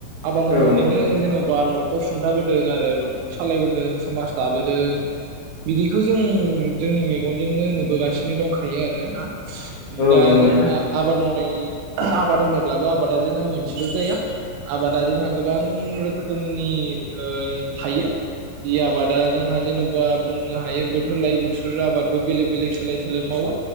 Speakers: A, on the right; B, on the left.
A: आबाद मावनानैनो
B: औ नंगौ
A: जेन'बा न' खर सुंथाबोदों आरो न'खर सालायबोदों समाज दाबोदों बिदिखौ जों जोंनि मेगनजोंनो नुबोगासिनो दंखायो आरो ना
B: औ
A: दा
B: नंगौ
A: जोंहा
B: नोंथां
A: आबाद मावनाय आबाद होनोब्लाबो आबादा जोंहा मोनसेल' जाया आबादा जोंहा गोबां रोखोमनि ओ थायो जि आबादा जोंहा जेन'बा बुंनो हायो बोथोर लायै बोथोर आबादबो बेलेग बेलेग सोलाय सोलाय मावो